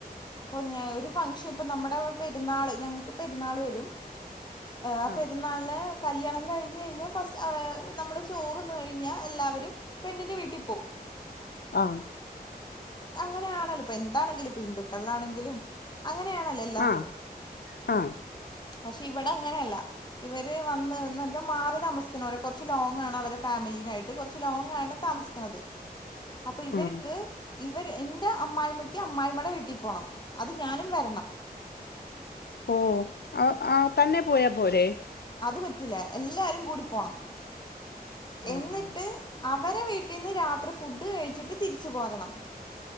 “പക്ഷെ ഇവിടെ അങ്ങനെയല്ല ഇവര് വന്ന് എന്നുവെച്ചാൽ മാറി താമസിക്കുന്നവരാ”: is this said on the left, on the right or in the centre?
Left